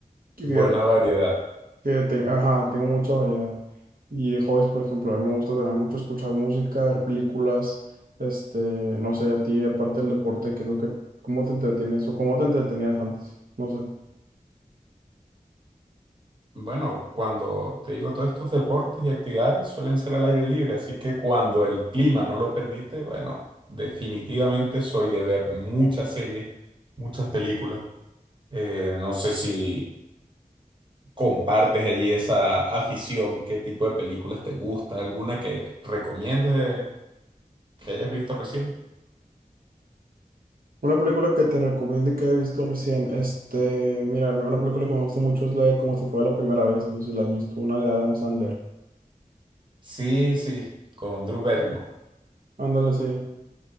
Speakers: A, on the right; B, on the right.
A: y
B: buena
A: fíjate
B: variedad.
A: que te- ajá, tengo mucha variedad. Y de hobbies, por ejemplo, a mí me gusta también mucho escuchar música, ver películas. Este, no sé, a ti, aparte del deporte, ¿qué es lo que, cómo te entretienes o cómo te entretenías antes? No sé.
B: Bueno, cuando te digo todos estos deportes y actividades suelen ser al aire libre, así que cuando el clima no lo permite, bueno, definitivamente soy de ver muchas series, muchas películas. Eh, no sé si compartes allí esa afición, qué tipo de películas te gusta, alguna que recomiendes que hayas visto recién.
A: Una película que te recomiende que he visto recién. Este, mira, a mí una película que me gusta mucho es la de Como si fuera la primera vez. No sé si la has visto, una de Adam Sandler.
B: Sí, sí, con Drew Barrymore.
A: Ándale, sí.